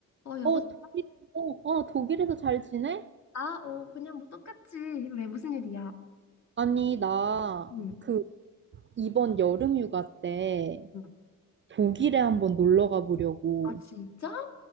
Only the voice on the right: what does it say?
어, 독일, 어, 아, 독일에서 잘 지내?
아니, 나,
그, 이번 여름 휴가 때
독일에 한번 놀러 가보려고.